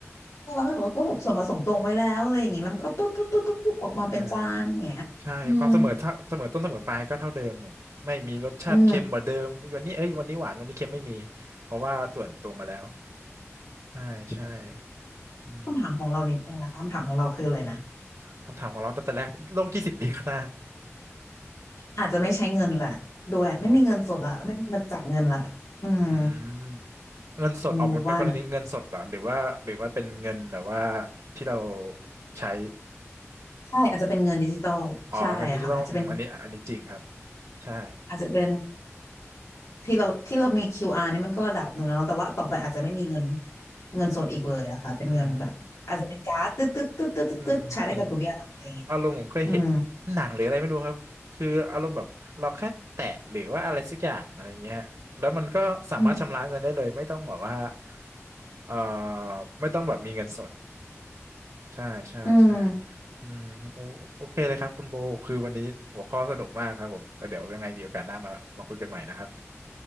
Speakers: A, on the left; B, on the right.
A: แล้วแบบว่าก็แบบส่วนผสมตวงไว้แล้วอะไรอย่างงี้แล้วมันก็ปุ๊บปุ๊บปุ๊บปุ๊บปุ๊บออกมาเป็นจานอย่างเงี้ยอืม
B: ใช่ใช่ความเสมอเท่าเสมอต้นเสมอปลายก็เท่าเดิมผมไม่มีรสชาติเค็มกว่าเดิมวันนี้เอ้ยวันนี้หวานวันนี้เค็มไม่มี
A: อืม
B: เพราะว่าส่วนตวงมาแล้วใช่ใช่อืม
A: คำถามของเรานิดนึงนะคะคำถามของเราคืออะไรนะ
B: คำถามของเราตั้งแต่แรกโลกยี่สิบปีข้างหน้า
A: อาจจะไม่ใช้เงินแหละด้วยไม่มีเงินสดอะไม่มีมาจับเงินละอืม
B: อืมอืมเงินสดออกหมดในกรณีเงินสดเหรอหรือว่าหรือว่าเป็นเงินแบบว่า
A: อืมบอกว่านะ
B: ที่เราใช้
A: ใช่อาจจะเป็นเงินดิจิตอลใช่ค่ะอาจจะเป็น
B: อ๋อเงินดิจิตอลอมอันนี้อันนี้จริงครับใช่
A: อาจจะเป็นที่เราที่เรามี QR นี่มันก็ระดับหนึ่งแล้วเนาะแต่ว่าต่อไปอาจจะไม่มีเงินเงินสดอีกเลยอะค่ะเป็นเงินแบบอาจจะเป็นการ์ดตึ๊ดตึ๊ดตึ๊ดตึ๊ดตึ๊ดตึ๊ดใช้ได้กับทุกอย่างอะไรอย่างเงี้ย
B: อืมอืมผมอารมณ์ผมเคยเห็นหนังหรืออะไรไม่รู้ครับคืออารมณ์แบบเราแค่แตะหรือว่าอะไรสักอย่างอะไรเงี้ยแล้วมันก็สามารถชำระเงินได้เลยไม่ต้องแบบว่า
A: อืมอืม
B: เอ่อไม่ต้องแบบมีเงินสด ใช่ใช่ใช่
A: อืม
B: อืมโอโอเคเลยครับคุณโบคือวันนี้หัวข้อสนุกมากครับผมแล้วเดี๋ยวยังไงมีโอกาสหน้ามามาคุยกันใหม่นะครับ